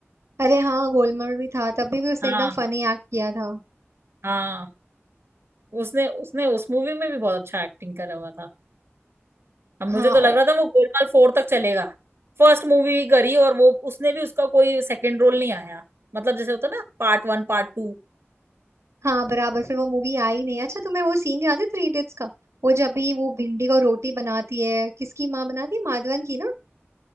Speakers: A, on the right; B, on the right.
A: अरे हाँ गोलमाल में भी था तभी भी उसने
B: हाँ
A: एकदम फनी एक्ट किया था
B: हाँ उसने उसने उस मूवी में भी बहुत अच्छा एक्टिंग करा हुआ था अब
A: हाँ
B: मुझे तो लग
A: ओ-
B: रहा था वो गोलमाल फोर तक चलेगा फर्स्ट मूवी करी और वो उसने भी उसका कोई सेकंड रोल नहीं आया मतलब जैसे होता ना पार्ट वन पार्ट टू
A: हाँ बराबर फिर वो मूवी आई नहीं अच्छा तुम्हें वो सीन याद है थ्री इडियट्स का वो जब भी वो भिंडी को रोटी बनाती है किसकी माँ बनाती है माधवन की ना